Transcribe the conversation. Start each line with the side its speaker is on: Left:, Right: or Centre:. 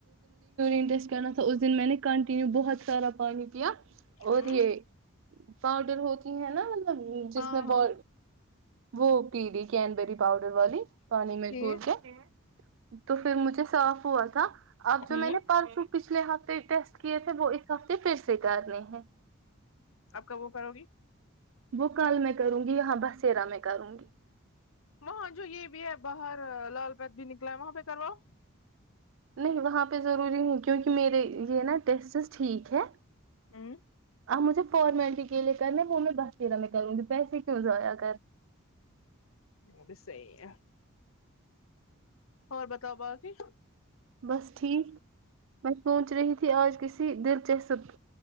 Right: انٹرسٹ کرنا تھا اس دن میں نے کنٹینیو بہت سارا پانی پیا اور
Left: ہوں
Right: رہ پاؤڈر ہوتی ہے نا جس
Left: ہاں
Right: میں ب
Left: ہاں
Right: وہ پیی کینبری پاؤڈر والی پانی
Left: ٹھیک
Right: میں کوور کے تو پھر مجھے صاف ہوا تھا اب جو
Left: ہوں
Right: میں نے پرسوں پچھلے ہفتے ٹیسٹ کیے تھے وہ اس ہفتے پھر سکارنے ہیں
Left: آپ کب وہ کرو گی
Right: بو کل میں کروں گی یہاں بسیرا میں کروں گی
Left: وہاں جو یہ بھی ہے باہر لال پت بھی نکلا ہے وہاں پہ کرواؤ
Right: نہیں وہاں پہ ضروری نہیں کیونکہ میرے یہ نا ٹیسٹ ٹھیک ہے
Left: ہوں
Right: آپ مجھے فارممیلٹی کے لی کرنے ہے وہ میں بس دیرہ میں کروں گی پیسے کیوں ایاد
Left: وہ بھی صحی ہے اور بتاؤ بای
Right: بس ٹھیک میں سوچ رہی تھی آج کسی دلچسپ